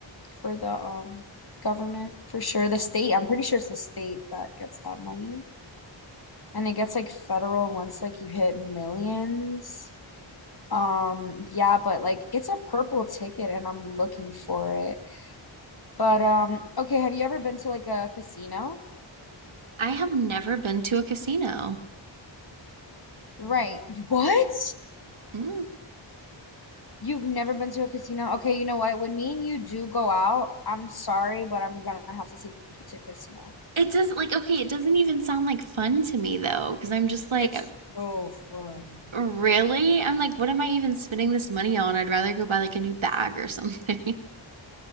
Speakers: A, on the left; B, on the right.
A: for the um government for sure. The state, I'm pretty sure it's the state that gets that money. And it gets like federal once like you hit millions. Um, yeah, but like it's a purple ticket and I'm looking for it. But um, okay, have you ever been to like a casino?
B: I have never been to a casino.
A: Right. What?
B: Mm.
A: You've never been to a casino? Okay, you know what? When me and you do go out, I'm sorry, but I'm gonna have to take you to a casino.
B: It doesn't like okay, it doesn't even sound like fun to me though, because I'm just like,
A: It's so fun.
B: really? I'm like, what am I even spending this money on? I'd rather go buy like a new bag or something.